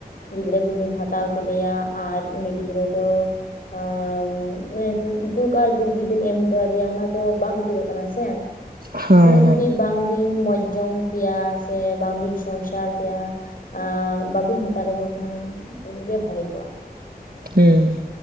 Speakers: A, on the left; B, on the right.
A: ᱜᱤᱫᱽᱨᱟᱹ ᱠᱚᱵᱤᱱ ᱦᱟᱛᱟᱣ ᱠᱮᱫᱮᱭᱟ ᱟᱨ ᱩᱱᱤ ᱜᱤᱫᱽᱨᱟᱹ ᱫᱚ ᱟᱨ ᱢᱟᱱᱮ ᱫᱩᱠ ᱟᱨ ᱫᱩᱠ ᱜᱮᱵᱤᱱ ᱮᱢ ᱛᱚ ᱟᱫᱮᱭᱟ ᱚᱱᱟ ᱫᱚ ᱵᱟᱝ ᱩᱪᱤᱛᱚᱜ ᱠᱟᱱᱟ ᱥᱮ
B: ᱦᱮᱸ
A: ᱩᱱᱟᱹᱜ
B: ᱦᱮᱸ
A: ᱡᱩᱫᱤ ᱵᱟᱝ ᱵᱤᱱ ᱢᱚᱸᱡᱽ ᱡᱚᱝ ᱠᱮᱭᱟ ᱥᱮ ᱵᱟᱝ ᱵᱤᱱ ᱥᱚᱝ ᱥᱟᱨ ᱠᱮᱭᱟ ᱟ ᱵᱟᱵᱤᱱ ᱦᱟᱛᱟᱣ ᱞᱮᱠᱚ ᱠᱷᱟᱱ ᱜᱮ ᱵᱷᱟᱞᱤ ᱠᱚᱜᱼᱟ
B: ᱦᱩᱸ